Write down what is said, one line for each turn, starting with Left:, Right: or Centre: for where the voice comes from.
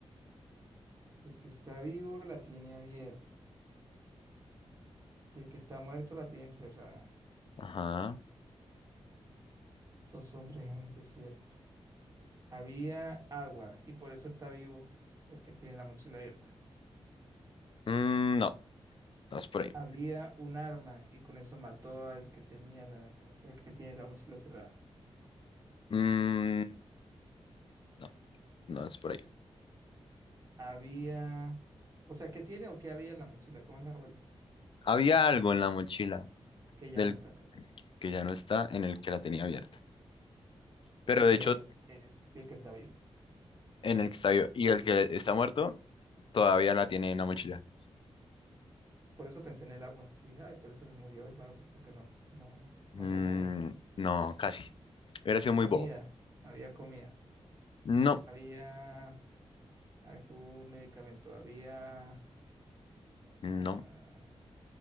Right: El que está vivo la tiene abierta y el que está muerto la tiene cerrada.
Left: Ajá.
Right: Dos hombres en el desierto. Había agua y por eso está vivo el que tiene la mochila abierta.
Left: Mm, no, no es por ahí.
Right: Había un arma y con eso mató al que tenía la, el que tiene la mochila cerrada.
Left: Mm, no, no es por ahí.
Right: Había, o sea, ¿qué tiene o qué había en la mochila? ¿Cómo es la vuelta?
Left: Había algo en la mochila
Right: Que ya
Left: del
Right: no está, ok, ok, ok.
Left: que ya no está en el que la tenía abierta. Pero de
Right: Y
Left: hecho,
Right: en el que es y el que está vivo.
Left: en el que está vivo y el que está muerto todavía la tiene en la mochila.
Right: Por eso pensé en el agua. Y dije, ay, por eso se murió el vago, porque no, no,
Left: Mm,
Right: no tomó agüita.
Left: no, casi. Hubiera sido muy
Right: Comida,
Left: bobo.
Right: había comida.
Left: No,
Right: Había algún medicamento, había,
Left: no,
Right: ah,